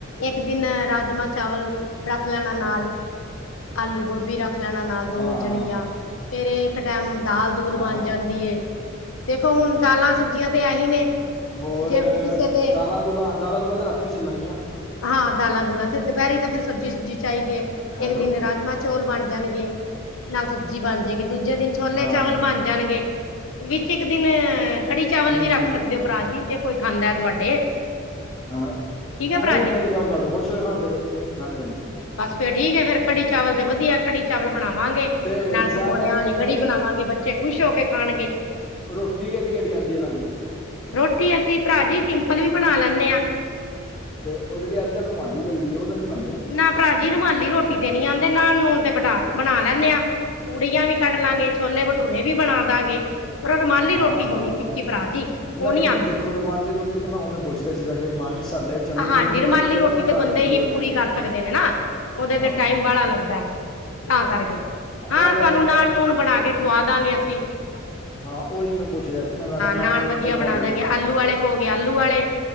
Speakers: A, on the left (about 70°); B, on the left (about 25°).
A: ਇੱਕ ਦਿਨ, ਰਾਜਮਾਂ, ਚਾਵਲ ਰੱਖ ਲੈਣਾ ਨਾਲ,
B: ਹਾਂ
A: ਆਲੂ-ਗੋਭੀ ਰੱਖ ਖ ਲੈਣਾ ਨਾਲ ਦੋ
B: ਹਾਂ
A: ਹੋ ਜਾਣਗੀਆਂ,
B: ਹਾਂ
A: ਫਿਰ ਇਹ ਇੱਕ ਟਾਈਮ ਦਾਲ ਦੂਲ
B: ਹਾਂ
A: ਬਣ
B: ਹਾਂ
A: ਜਾਂਦੀ ਏ। ਦੇਖੋ ਹੁਣ ਦਾਲਾਂ ਸਬਜ਼ੀਆਂ ਤੇ ਐਹੀ ਨੇ
B: ਹੋਰ
A: ਜੇ ਕਿਸੇ ਦੇ
B: ਦਾਲਾਂ ਦੁਲਾਂ ਦਾਲਾਂ ਦੁਲਾਂ ਤੇ ਰਾਤੀ ਚੱਲਣ ਗੀਆ
A: ਹਾਂ ਦਾਲਾਂ ਦੂਲਾਂ ਫਿਰ ਦੁਪਹਿਰੀ ਤਾਂ ਫਿਰ ਸਬਜ਼ੀ ਸੁਬਜ਼ੀ ਚਾਹੀਦੀ ਹੈ
B: ਹੈਲੋ
A: ਇੱਕ ਦਿਨ ਰਾਜਮਾ ਚੋਲ ਬਣ ਜਾਣਗੇ ਨਾਲ ਸਬਜ਼ੀ ਬਣ ਜਾਏਗੀ ਦੂਜੇ ਦਿਨ ਛੋਲੇ
B: ਹਾਂ
A: ਚਾਵਲ
B: ਹਾਂ
A: ਬਣ ਜਾਣਗੇ ਵਿੱਚ ਇੱਕ ਦਿਨ ਕੜੀ-ਚਾਵਲ
B: ਹਮ
A: ਵੀ ਰੱਖ
B: ਹਮ
A: ਸਕਦੇ ਹੋ, ਭਰਾ ਜੀ, ਜ ਕੋਈ, ਖਾਂਦਾ ਤੁਹਾਡੇ।
B: ਹਾਂ,
A: ਠੀਕ ਹੈ ਭਰਾ
B: ਨਹੀਂ,
A: ਜੀ
B: ਕੜੀ ਚਾਓ ਸਾਡੇ ਖੁਸ਼ ਹੋਏ ਖਾਂਦੇ ਬੱਚੇ, ਹਾਂਜੀ- ਹਾਂਜੀ।
A: ਫਿਰ ਠੀਕੇ ਫਿਰ, ਕੜੀ ਚਾਵਲ ਤੇ ਵਧੀਆ, ਕੜੀ ਚਵਲ ਬਣਾਵਾਂਗੇ।
B: ਤੇ
A: ਨਾਲ
B: ਜਿਵੇਂ
A: ਪਕੌੜਿਆਂ ਵਾਲੀ ਕੜੀ ਬਣਾਵਾਂਗੇ, ਬੱਚੇ ਖ਼ੁਸ਼ ਹੋਕੇ ਖਾਣਗੇ।
B: ਰ੍ਹੋਟੀ, ਕਿਹੜੀ-ਕਿਹਡੀ ਆਂਦੀ ਆ, ਲਾਣੀ?
A: ਰ੍ਹੋਟੀ ਅਸੀਂ ਭਰਾ ਜੀ, ਸਿੰਪਲ ਵੀ ਬਣਾ ਲੈਂਨੇ ਆ।
B: ਤੇ, ਉਹ ਜਿਹੜੀ ਅੱਜ-ਕੱਲ ਰੁਮਾਲੀ ਚਲਦੀ, ਉਹ ਤ, ਨਹੀਂ ਬਣਾਂਦੇ।
A: ਨਾ ਭਰਾ ਜੀ, ਰੁਮਾਲੀ ਰੋਟੀ ਤੇ ਨੀ ਆਂਦੀ, ਨਾਲ ਨੂਣ ਤੇ ਬਟਾ ਬਣਾ ਲੈਂਦੇ ਆਂ। ਪੂੜੀਆਂ ਵੀ ਕੱਢ ਲਾਂਗੇ, ਛੋਲੇ-ਭਟੂਰੇ ਵੀ ਬਣਾ ਦਾਂਗੇ। ਪਰ ਰੁਮਾਲੀ ਰੋਟੀ
B: ਹਾਂ
A: ਕੋਨੀ ਸਿੱਖੀ ਭਰਾ ਜੀ ਉਹ
B: ਨਹੀਂ
A: ਨੀ
B: ਨਹੀਂ
A: ਆਉਂਦੀ
B: ਦੇਖੋ ਰੁਮਾਲੀ ਰੋਟੀ ਤੇ ਮੈਂ ਉਵੇਂ ਪੁੱਛ ਰਿਹਾ ਸੀ ਵੈਸੇ ਮ ਸਾਡੇ ਚੱਲਣੀ
A: ਹਾਂਜੀ
B: ਵੀ ਨਹੀਂ
A: ਰੁਮਾਲੀ
B: ਉਹ ਤੇ ਚਲੋ
A: ਰੋਟੀ
B: ਭੰਡਾਰੇ
A: ਦੇ ਬੰਦੇ
B: ਭੰਡੋਰੇ
A: ਹੀ ਪੂਰੀ
B: ਤੇ
A: ਕਰ ਸਕਦੇ ਨੇ ਨਾ ਉਹਦੇ
B: ਹਾਂ
A: ਤੇ ਟਾਈਮ ਬਾਹਲਾ ਲੱਗਦਾ ਤਾਂ ਕਰਕੇ ਹਾਂ
B: ਉਹ
A: ਤੁਹਾਨੂੰ ਨਾਨ
B: ਤਾਂ
A: ਨੂਣ ਬਣਾ ਕੇ ਖਵਾ ਦਾਂਗੇ ਅਸੀਂ
B: ਹਾਂ ਉਹੀ ਮੈਂ ਪੁੱਛ ਰਿਹਾ ਸੀ ਨਾ ਮੈਂ ਕਿਹਾ
A: ਨਾਨ
B: ਨੂਨ
A: ਵਧੀਆ
B: ਤੇ
A: ਬਣਾ
B: ਖਵਾ ਹੀ
A: ਦਾਂਗੇ
B: ਦੋਗੇ
A: ਆਲੂ ਵਾਲੇ ਕਹੋ ਗੇ ਆਲੂ ਵਾਲੇ